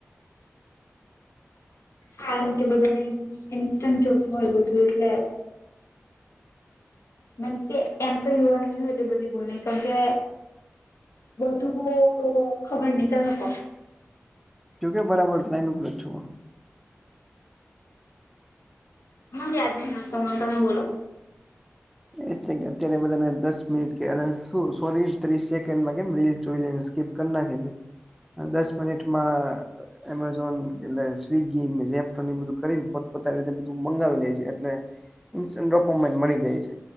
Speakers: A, on the left; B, in the centre.
A: કારણ કે બધાને ઇન્સ્ટન્ટ જોબ મળ્યું હતું એટલે. મે એમ તો યુવા નહ હોય એટલી બધી બોલ કેમકે બધુકો ખબર ન તમે હપ
B: જો કે બરાબર લાઈન ઉપર જ છુઓ
A: હ આદ નાતા તમે બોલો
B: એ અત્યારે બધાને દસ મિનિટ કે અને સોરી ત્રીસ સેકન્ડમાં કેીલ ચ સ્કીપ કરી નાખે છે દસ મિનિટમાં એમેઝોન એટલે સ્વિગી એપને એ બધું કરીને પોતપોતા રીતે બધું મંગાવી લે છે એટલે. <unintelligible> ફોર્મેટ મળી ગઈ છે.